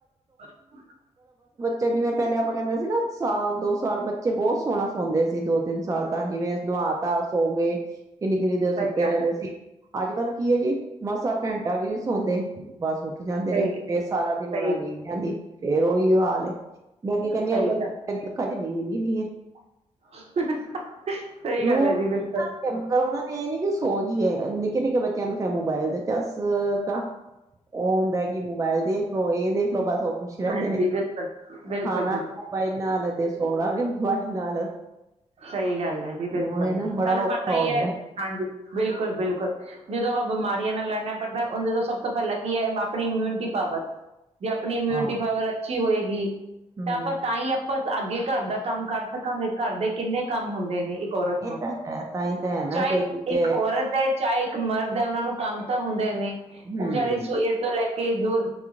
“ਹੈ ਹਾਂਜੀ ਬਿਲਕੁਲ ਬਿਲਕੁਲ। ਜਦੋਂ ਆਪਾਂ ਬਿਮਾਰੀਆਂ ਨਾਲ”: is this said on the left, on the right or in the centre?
Right